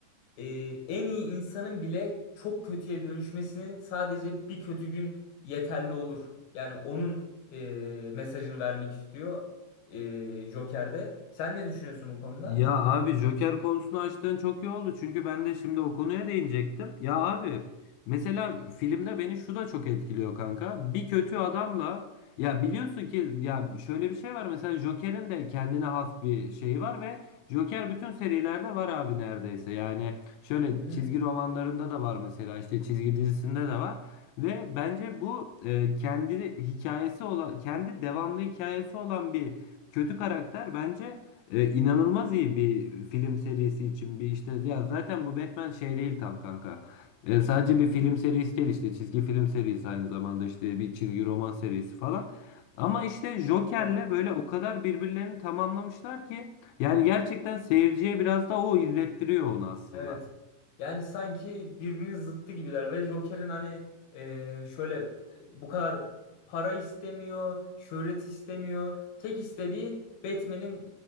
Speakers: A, on the left; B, on the left.
A: e, en iyi insanın bile çok kötüye dönüşmesini sadece bir kötü gün yeterli olur. Yani onun e, mesajını vermek istiyor e, Joker'de. Sen ne düşünüyorsun bu konuda?
B: Ya abi Joker konusunu açtığın çok iyi oldu. Çünkü ben de şimdi o konuya değinecektim. Ya abi mesela filmde beni şu da çok etkiliyor kanka. Bir kötü adamla ya biliyorsun ki ya şöyle bir şey var mesela Joker'in de kendine has bir şeyi var ve Joker bütün serilerde var abi neredeyse. Yani şöyle
A: Hı,
B: çizgi romanlarında da var mesela işte çizgi dizisinde de var. Ve bence bu e, kendi hikayesi olan, kendi devamlı hikayesi olan bir kötü karakter bence e, inanılmaz iyi bir film serisi için bir işte. Ya zaten bu Batman şey değil tam kanka. E, sadece bir film serisi değil işte çizgi film serisi aynı zamanda işte bir çizgi roman serisi falan. Ama işte Joker'le
A: evet.
B: böyle o kadar birbirlerini tamamlamışlar ki yani gerçekten seyirciye biraz da o izlettiriyor onu aslında.
A: Evet. Yani sanki birbirinin zıttı gibiler ve Joker'in hani e, şöyle e, bu kadar para istemiyor, şöhret istemiyor. Tek istediği Batman'in